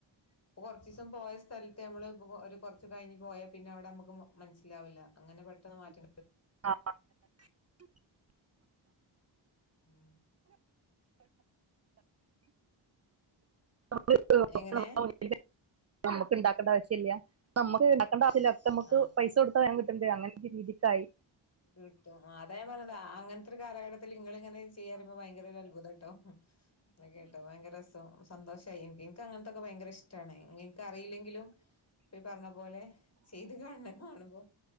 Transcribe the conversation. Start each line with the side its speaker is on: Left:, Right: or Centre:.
Left: ഇപ്പൊ കൊറച്ച് ദിവസം പോയ സ്ഥലത്ത് നമ്മള് ഒരു കുറച്ച് കഴിഞ്ഞ് പോയാ പിന്നെ അവിടെ നമുക്ക് മനസ്സിലാവില്ല അങ്ങനെ പെട്ടെന്ന് മാറ്റി
Right: <unintelligible> ആ
Left: ഉം
Right: <unintelligible>
Left: എങ്ങനെ
Right: നമ്മക്ക് ഇണ്ടാക്കണ്ട ആവശൃല്ലാ നമ്മക്ക് ഞാൻ പറഞ്ഞില്ലേ നമുക്ക്
Left: ആഹ്
Right: പൈസ കൊടുത്ത വേഗം കിട്ട് എന്തെ അങ്ങനത്തെ രീതിക്കായി
Left: കിട്ടും അതാ ഞാൻ പറഞ്ഞത് അങ്ങനത്തെ ഒരു കാലഘട്ടത്തിൽ നിങ്ങള് ഇങ്ങനെ ചെയ്യാരുമ്പോ ഭയങ്കര അത്ഭുത ട്ടോ കേട്ടോ ഭയങ്കര രസം സന്തോഷ് കയ്യും ഇൻക്ക് അങ്ങൻതൊക്കെ ഭയങ്കര ഇഷ്ട്ടാണ് ഞ് ൻക്ക് അറിയില്ലെങ്കിലും ഇപ്പോ ഈ പറഞ്ഞ പോലെ ചെയ്ത് കാണത് കാണുമ്പോ-